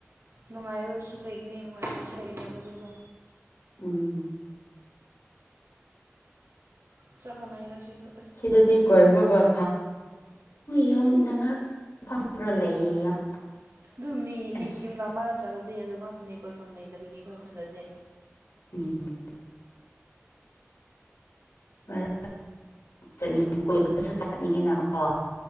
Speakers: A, on the right (about 65°); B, on the left (about 80°).
A: ꯅꯨꯡꯉꯥꯏꯕꯁꯨ ꯂꯩꯒꯅꯤ ꯅꯨꯡꯉꯥꯏꯇꯕꯁꯨ ꯂꯩꯒꯅꯤ ꯑꯗꯨꯗꯤꯀꯣ
B: ꯎꯝ
A: ꯆꯞ ꯃꯥꯟꯅꯩꯗ ꯁꯤꯁꯨ
B: ꯁꯤꯗꯗꯤ ꯀꯣꯏꯕ ꯃ ꯌꯨꯝꯗ ꯐꯝꯔ ꯂꯩꯌꯦ
A: ꯍꯣꯏ
B: ꯌꯥꯝ
A: ꯑꯗꯨ ꯃꯤ ꯃꯤ
B: ꯑꯁ
A: ꯌꯨꯝꯗ ꯃꯔ ꯆꯠꯗꯦ ꯑꯗꯨꯒ ꯀꯣꯏꯐꯝ ꯂꯩꯇꯕꯤꯒꯤ ꯀꯣꯏꯈꯨꯜꯗꯗꯤ
B: ꯎꯝ ꯃꯔ ꯆꯠꯅꯤꯡ ꯀꯣꯏꯕꯁꯨ ꯆꯠꯅꯤꯡꯉꯤꯅꯀꯣ